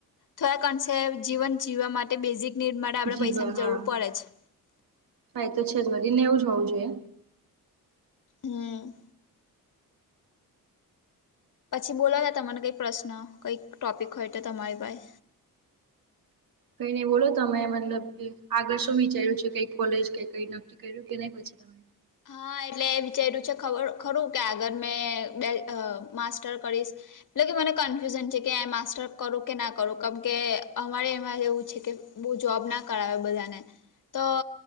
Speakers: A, on the left; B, on the right.
A: થોડા કન્સે જીવન જીવવા માટે બેઝિક નીડ માટે આપણે
B: જીવા
A: પૈસાની
B: હા
A: જરૂર પડે જ.
B: હા એ તો છે જ ભરી ને એવ જ હોવું જોઈએ.
A: હમ્મ. પછી બોલવાતા તમને કઈક પ્રશ્ન કઈક ટોપિક હોય તો તમારી પાહે
B: કઈ નઈ બોલો તમે મતલબ કે આગળ શું વિચાર્યું છે કઈ કોલેજ કે કઈ ન કર્યું કે નઈ પછી તમે?
A: હા, એટલે એ વિચાર્યું છે ખબર ખરું કે આગળ મેં બે અહ માસ્ટર કરીશ. એલે કે મને કન્ફ્યુઝન છે કે આ માસ્ટર કરું કે ના કરું કેમ કે, અમારે એમાં એવું છે કે. બહ જોબ ના કરાવે બધાને તો